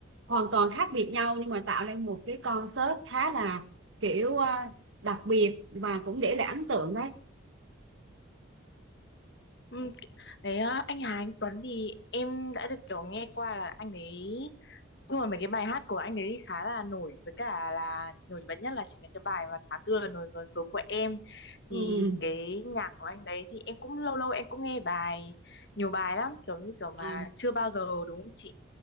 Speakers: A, on the right; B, on the left.
A: hoàn toàn khác biệt nhau nhưng mà tạo nên một cái concert khá là kiểu ờ, đặc biệt và cũng để lại ấn tượng đấy
B: Ừ. Đấy, à, anh Hà Anh Tuấn thì em đã được kiểu nghe qua là anh ấy Nhưng mà mấy cái bài hát của anh đấy khá là nổi với cả là nổi bật nhất là chính là cái bài mà tháng tư là nổi dồn số của em
A: ừ,
B: thì cái nhạc của anh đấy thì em cũng lâu lâu em cũng nghe bài nhiều bài lắm kiểu như kiểu mà
A: ờ,
B: chưa bao giờ đúng không chị